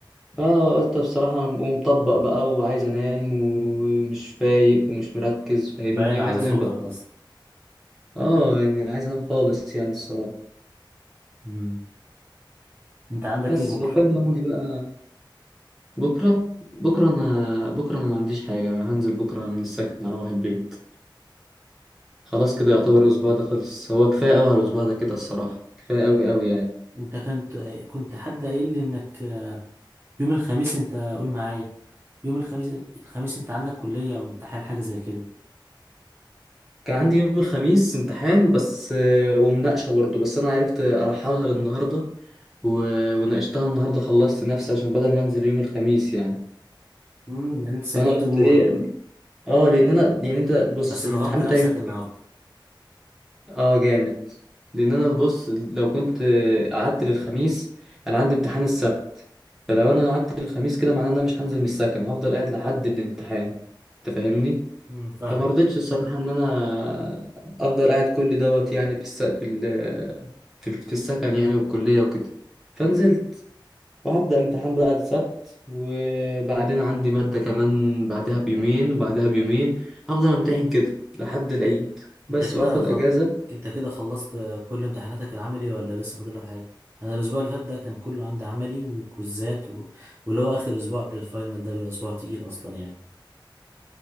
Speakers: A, in the centre; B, on the right.
A: فقلت بصراحه انا مقوم مطبق بقى وعايز انام ومش فايق ومش مركز فاهمني
B: باين على
A: وعايز انام
B: صوتك
A: بقى
B: أصلا
A: اه يعني عايز انام خالص يعني الصراحه
B: امم أنت عندك
A: بس
B: إيه بكرة؟
A: فالفاينل عندي بقى بكره بكره انا بكره انا ما عنديش حاجه انا هنزل بكره من السكن اروح البيت خلاص كده يعتبر الاسبوع ده خلص هو كفايه قوي على الاسبوع ده كده الصراحه كفايه قوي قوي يعني
B: انت كنت كنت حد قايل لي انك يوم الخميس انت قول معايا يوم الخميس الخميس انت عندك كلية او امتحان حاجة زي كده
A: كان عندي يوم الخميس امتحان بس آه، ومناقشة برضه بس أنا عرفت أرحلها للنهاردة و... وناقشتها النهاردة خلصت نفسي عشان بدل ما أنزل يوم الخميس يعني
B: امم يعني انت سلكت
A: فأنا قلت
B: امورك
A: إيه آه لأن أنا يعني أنت بص
B: بس
A: الامتحان
B: ضغطت نفسك
A: بتاعي
B: النهاردة
A: آه جامد لأن أنا بص لو كنت آه، قعدت للخميس أنا عندي امتحان السبت فلو أنا قعدت للخميس كده معناه إن أنا مش هنزل من السكن وهفضل قاعد لحد الامتحان أنت فاهمني؟
B: امم فاهم
A: فما رضيتش الصراحة إن أنا أفضل قاعد كل دوت يعني في الس... في ال... في ال- في السكن يعني والكلية وكده فنزلت وهبدأ امتحان بقى السبت وبعدين عندي مادة كمان بعدها بيومين وبعدها بيومين هفضل امتحن كده لحد العيد بس
B: انت كده
A: وآخد
B: خل...
A: أجازة
B: انت كده خلصت كل امتحاناتك العملي ولا لسه فاضل لك حاجة انا الاسبوع اللي فات ده كان كله عندي عملي وكوزات و... واللي هو اخر اسبوع قبل الفاينل ده بيبقى اسبوع تقيل اصلا يعني